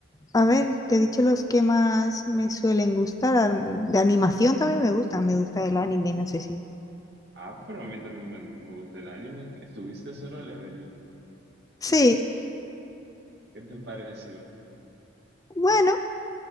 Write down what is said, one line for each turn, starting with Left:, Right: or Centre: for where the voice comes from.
Left: A ver, te he dicho los que más me suelen gustar. am- De animación también me gustan. Me gusta el anime, no sé si.
Right: Ah, pero a mí también me, me gusta el anime. Estuviste solo, Leveling.
Left: Sí,
Right: ¿Qué te pareció?
Left: bueno,